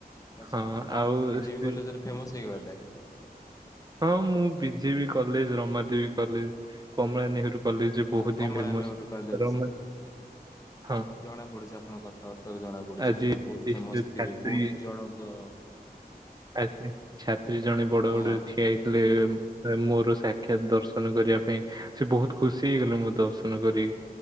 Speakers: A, on the left; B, on the right.
A: ଆଚ୍ଛା
B: ହଁ
A: ଆପଣ
B: ଆଉ
A: ତ ବିଜେପି
B: ସେ
A: କଲେଜରେ ଫେମସ ହେଇଗଲେ।
B: ହଁ ମୁଁ B J B college Ramadevi college Kamala Nehru college
A: ଆ
B: ବହୁତ
A: କମଳା
B: ହିଁ ଫେମସ।
A: ନେହେରୁ କଲେଜ
B: ରମା ହଁ
A: ଜ ଜଣା ପଡ଼ୁଛି ଆ ଆପଣ କଥାବାର୍ତ୍ତାରୁ ଜଣା ପଡ଼ୁଛି
B: ଆଜି
A: ଆପଣ ବୋହୁତ
B: ସେ-
A: ଫେମସ
B: ସେ ଛାତ୍ରୀ
A: ଥିବେ ବୋହୁତ ଜଣଙ୍କ
B: ଆଦେ ଛାତ୍ରୀ ଜଣେ ବଡ଼
A: ହଁ
B: ବଡ଼ରେ ଠିଆ ହେଇଥିଲେ। ମୋର ସାକ୍ଷାତ ଦର୍ଶନ କରିବା ପାଇଁ ସେ ବୋହୁତ ଖୁସି ହେଇଗଲେ ମୋ ଦର୍ଶନ କରିକି।